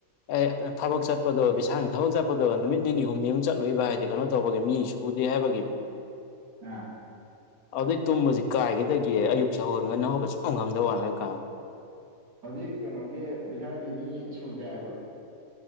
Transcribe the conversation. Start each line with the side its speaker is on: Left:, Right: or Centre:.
Left: ꯑꯦ ꯊꯕꯛ ꯆꯠꯄꯗꯣ ꯕꯤꯚꯤꯁꯥꯅ ꯊꯕꯛ ꯆꯠꯄꯗꯣ ꯅꯨꯃꯤꯠ ꯅꯤꯅꯤ ꯍꯨꯝꯅꯤꯃꯨꯛ ꯆꯠꯂꯨꯕ ꯍꯥꯏ ꯗꯤ ꯀꯩꯅꯣ ꯇꯧꯕꯒꯤ ꯃꯤ ꯁꯨꯗꯦ ꯍꯥꯏꯕꯒꯤ
Right: ꯑꯥ
Left: ꯑꯗꯨꯗꯩ ꯇꯨꯝꯕꯁꯤ ꯀꯥꯏꯈꯤꯗꯒꯦ ꯑꯌꯨꯛꯁꯦ ꯍꯧꯒꯟꯒꯅ ꯍꯧꯕ ꯁꯨꯡꯪꯉꯝꯗꯕ ꯋꯥ ꯍꯥꯏ ꯀꯥꯟꯗ
Right: ꯍꯧꯖꯤꯛ ꯀꯩꯅꯣꯒꯤ ꯕꯤꯍꯥꯔꯒꯤ ꯃꯤ ꯁꯨꯗ꯭ꯔꯦ ꯍꯥꯏꯕ꯭ꯔꯣ